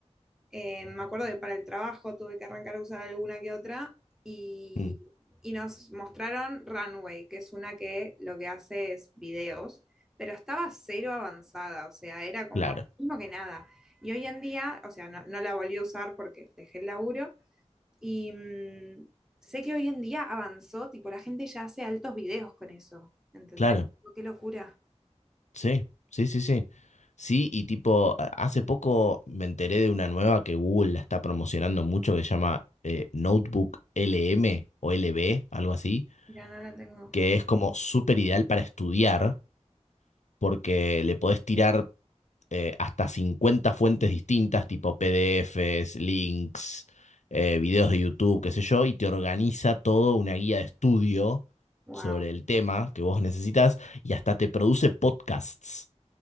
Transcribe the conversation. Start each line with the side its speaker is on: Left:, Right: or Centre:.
Centre: eh, me acuerdo que para el trabajo tuve que arrancar a usar alguna que otra y,
Left: mm,
Centre: y nos mostraron Runway, que es una que lo que hace es videos, pero estaba cero avanzada, o sea, era como
Left: claro,
Centre: lo mismo que nada. Y hoy en día, o sea, no, no la volví a usar porque dejé el laburo y mm, sé que hoy en día avanzó, tipo, la gente ya hace altos videos con eso, ¿entendés?
Left: claro.
Centre: Tipo, Qué locura.
Left: Sí, sí, sí, sí. Sí, y tipo, a- hace poco me enteré de una nueva que Google la está promocionando mucho que se llama eh, Notebook L M o L B algo así,
Centre: Mira, no la tengo.
Left: que es como súper ideal para estudiar porque le podés tirar eh, hasta 50 fuentes distintas, tipo PDFs, links, eh, videos de YouTube, qué sé yo, y te organiza todo una guía de estudio
Centre: Wow.
Left: sobre el tema que vos necesitas y hasta te produce podcasts.